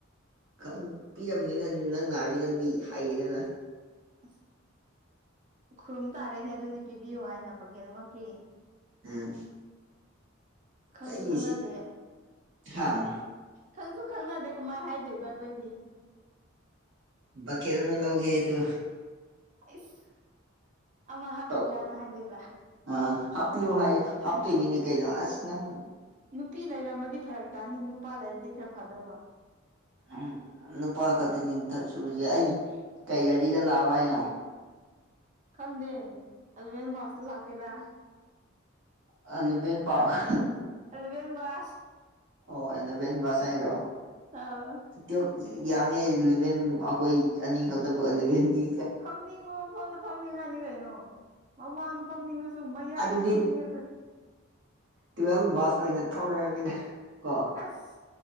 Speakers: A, on the right; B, on the right.
A: ꯈꯪ ꯄꯤꯔꯝꯅꯤꯅ ꯅꯪ ꯂꯥꯛꯔꯗꯤ ꯅꯪꯗꯤ ꯍꯥꯏꯌꯦꯗꯅ
B: ꯑꯁ ꯈꯨꯔꯨꯝ ꯇꯥꯔꯦꯅꯦ ꯑꯗꯨꯅꯤ ꯄꯤꯕꯤꯌꯨ ꯍꯥꯏꯅ ꯕꯒꯦꯠ ꯑꯃ ꯐ꯭ꯔꯤ
A: ꯎꯝ
B: ꯈꯪꯁꯨ
A: ꯑꯩꯁꯦ
B: ꯈꯪꯅꯗꯦ
A: ꯍꯥ
B: ꯈꯪꯁꯨ ꯈꯪꯅꯗꯦ ꯀꯃꯥꯏꯅ ꯍꯥꯏꯗꯣꯏꯕ ꯑꯩꯈꯣꯏꯗꯤ
A: ꯕꯀꯥꯠ ꯑꯃ ꯂꯩꯎꯒꯥꯗꯣ
B: ꯑꯩꯁ ꯑꯃ ꯍꯥꯞꯀꯗ꯭ꯔꯅ
A: ꯇꯧ
B: ꯍꯥꯏꯗꯣꯏꯕ
A: ꯑ ꯍꯥꯞꯄꯤꯌꯣ ꯍꯥꯏꯌꯣ ꯍꯥꯞꯇꯣꯏꯅꯤꯅꯦ ꯀꯩꯅꯣ ꯑꯁ ꯅꯪ
B: ꯅꯨꯄꯤ ꯂꯩꯔꯝꯃꯗꯤ ꯐꯔꯛ ꯇꯥꯅꯤ ꯅꯨꯄꯥ ꯂꯩꯔꯗꯤ ꯈꯔ ꯐꯥꯗꯧꯕ
A: ꯎꯝ ꯅꯨꯄꯥ ꯈꯛꯇꯅꯤꯊꯛ ꯁꯨꯔꯁꯦ ꯑꯩ ꯀꯩ ꯒꯥꯔꯤꯗ ꯂꯥꯛꯑꯣ ꯍꯥꯏꯅꯣ
B: ꯈꯪꯗꯦ ꯑꯦꯂꯕꯦꯟ ꯄꯥꯁꯇ ꯂꯥꯛꯀꯦꯔ
A: <unintelligible>
B: ꯑꯂꯕꯦꯟ ꯄꯥꯁ
A: ꯑꯣ ꯑꯦꯂꯥꯕꯦꯟ ꯕꯥꯁ ꯍꯥꯏꯔꯣ
B: ꯑꯧ
A: <unintelligible> ꯌꯥꯝꯃꯦ ꯏꯂꯚꯦꯟ ꯑꯩꯈꯣꯏ ꯑꯅꯤꯈꯛꯇꯕꯨ ꯏꯂꯚꯦꯟꯗꯤ
B: ꯐꯝꯅꯤꯡꯕ ꯃꯐꯝꯗ ꯐꯝꯅꯤꯡꯉꯅꯤ ꯀꯩꯅꯣ ꯃꯃꯥꯡꯗ ꯐꯝꯅꯤꯡꯉꯁꯨ ꯃꯌꯥꯏꯗ
A: ꯑꯗꯨꯗꯤ
B: ꯐꯝꯅꯤꯡꯉꯁꯨ
A: ꯇꯨꯋꯦꯜ ꯕꯥꯁ ꯑꯣꯏꯅ ꯊꯧꯔꯛꯒꯦꯗ ꯀꯣ
B: ꯑꯁ